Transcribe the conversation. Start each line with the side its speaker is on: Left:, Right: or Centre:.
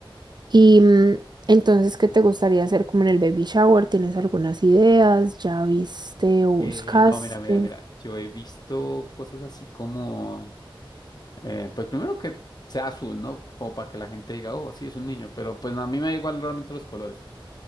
Right: Y mm, entonces, ¿qué te gustaría hacer como en el baby shower? ¿Tienes algunas ideas? ¿Ya viste o buscaste?
Left: Eh, no, mira, mira, mira, yo he visto cosas así como Eh, pues primero que sea azul, ¿no? Como para que la gente diga, oh, sí, es un niño, pero pues a mí me da igual realmente los colores.